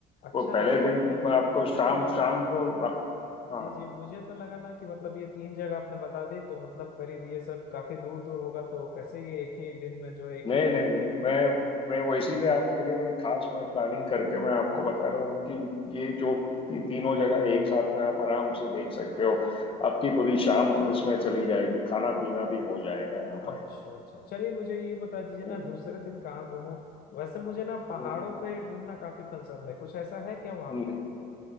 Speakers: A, on the left; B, on the left.
A: अच्छा
B: वो पहले
A: ऐसा
B: दिन
A: है क्या मतलब
B: को आपको
A: मुझे
B: शाम
A: तो लगा
B: शाम को रा- हाँ
A: जी जी मुझे तो लगा ना कि मतलब ये तीन जगह आपने बता दी तो मतलब करीब ये सब काफी दूर दूर होगा तो कैसे ये एक ही दिन में जो है, एक
B: नहीं
A: ही
B: नहीं नहीं मैं मैं वो इसीलिए आपके लिए मैं खास मैं प्लानिंग करके मैं आपको बता रहा हूँ कि ये जो ती, तीनों जगह एक साथ में आप आराम से देख सकते हो आपकी पूरी शाम इसमें चली जाएगी खाना पीना भी हो जाएगा यहाँ
A: अच्छा
B: पर
A: अच्छा चलिए मुझे ये बता दीजिए ना
B: हम्म
A: दूसरे दिन कहाँ घूमूं वैसे मुझे ना पहाड़ों
B: हम्म हम्म,
A: पे घूमना काफी पसंद है कुछ ऐसा है क्या वहाँ
B: हम्म।
A: पे